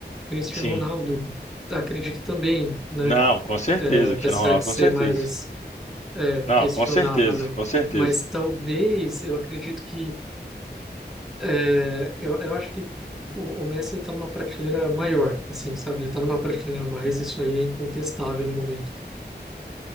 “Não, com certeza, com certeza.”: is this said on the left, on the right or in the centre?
Left